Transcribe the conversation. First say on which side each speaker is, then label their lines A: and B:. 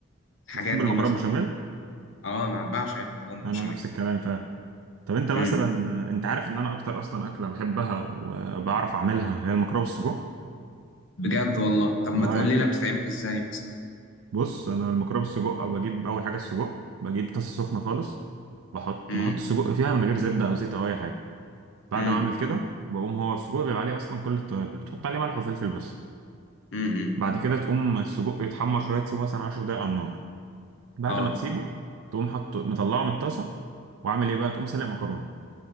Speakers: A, on the left; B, on the right.
A: الحاجات
B: بتحب
A: دي
B: المكرونه
A: مثلا
B: بشاميل
A: اه انا بعشق المكرونه البشاميل
B: انا نفس الكلام فعلا طب انت مثلا
A: امم
B: آه، انت عارف ان انا اكتر اصلا اكله بحبها وبعرف اعملها هي المكرونه بالسجق
A: بجد والله طب ما
B: اه
A: تقول لنا بتتعمل ازاي مثلا
B: بص انا المكرونه بالسجق بجيب اول حاجه السجق بجيب طاسه سخنه خالص بحط
A: امم
B: بحط السجق فيها من غير زبده او زيت او اي حاجه بعد
A: امم
B: ما اعمل كده بقوم هو السجق بيبقى عليه اصلا كل التوابل بتحط عليه ملح وفلفل بس
A: امم
B: بعد كده تقوم السجق يتحمر شويه تسيبه مثلا 10 دقايق على النار بعد
A: اه
B: ما تسيبه تقوم حاطه مطلعه من الطاسه وعامل ايه بقى تقوم سلق مكرونه